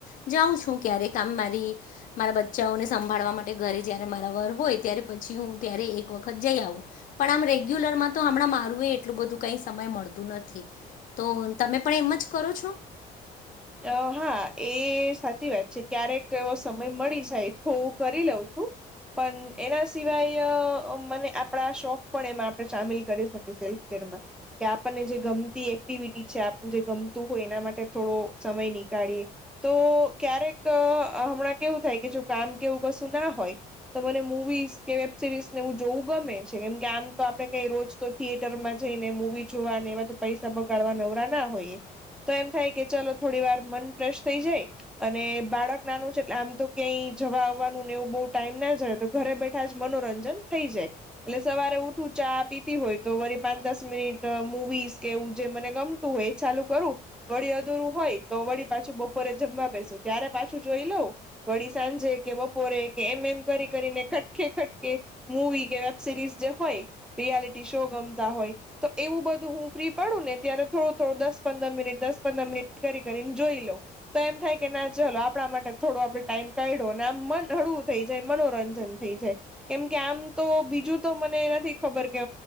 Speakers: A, on the left; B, in the centre.
A: જાઉં છું. ક્યારે કામ મારી મારા બચ્ચાઓને સંભાળવા માટે ઘરે જ્યારે મારા વર હોય ત્યારે પછી હું ત્યારે એક વખત જઈ આવું પણ આમ રેગ્યુલરમાં તો હમણાં મારું એ એટલું બધું કઈ સમય મળતું નથી. તો તમે પણ એમ જ કરો છો.
B: અ હા એ સાચી વાત છે, ક્યારેક એવો સમય મળી જાય. હું કરી લઉં છું. પણ એના સિવાય મને આપણા શોખ પણ એમાં આપણે સામેલ કરી શકીએ સેલ્ફકેરમાં કે આપણને જે ગમતી એક્ટિવિટી છે, આપને જે ગમતું હોય એના માટે થોડો સમય નીકાળીએે તો ક્યારેક હમણાં કેવું થાય કે જો કામ કેવું કશું ના હો તો મને મુવીસ કે વેબ સિરીઝને જોવું ગમે છે, કેમ કે આમ તો આપણે કઈ રોજ તો માં જઈને મુવી જોવાને એવા તો પૈસા બગાડવા નવરા ના હોય તો એમ થાય કે ચાલ થોડી વાર મન ફ્રેશ થઈ જાય અને બાળક નાનું છે, એટલે આમ તો ક્યાંય જવા આવવાનું ને એવું બ ટાઈમ ના જ તો ઘરે બેઠા જ મનોરંજન થઈ જાય, એટલે સવારે ઉઠવું ચા પીતી હોય તો વરી પાંચ દસ મિનિટ મુવીસ કે એવું જે મને ગમતું હોય એ ચાલુ કરું વળી અધુરું હોય તો વળી પાછું બપોરે જમવા બેસુ ત્યારે પાછું જોઈ લઉ વળી સાંજે કે બપોરે કે એમ એમ કરી કરીને કટકે કટકે મુવી કે વેબ સિરીઝ જે હોય રિયાલિટી શો હોય તો એવું બધું હું ફ્રી પડું ને ત્યારે થોડું થોડું દસ પંદર મિનિટ દસ પંદર મિનિટ કરી કરીને જોઈ લોઉ તો એમ થાય કે ના ચલો આપણા માટે થોડો આપડે ટાઈમ કાઢો અને આમ મન બહુ થ‌ઈ જાય મનોરંજન થઈ જાય કેમ કે આમ તો બીજું તો મને નથી ખબર કે